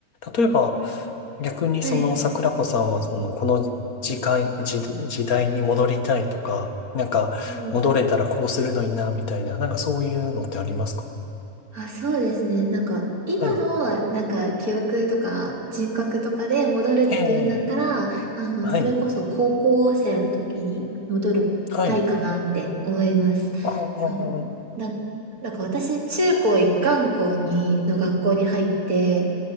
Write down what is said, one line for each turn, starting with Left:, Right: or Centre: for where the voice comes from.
Left: 例えば、逆にその桜子さんはそのこの時間、
Right: はい。
Left: 時、時代に戻りたいとか、なんか戻れたらこうするのにな、
Right: うん
Left: みたいな、なんかそういうのってありますか
Right: あ、そうですね。なんか、今の、
Left: はい。
Right: なんか、記憶とか人格とかで戻るっていうんだったら、
Left: ええ、
Right: あの、
Left: はい。
Right: それこそ高校生の時に戻りたいかなって思います。
Left: はい。ああ、
Right: そう。な、なんか私、中高一貫校に、の学校に入って、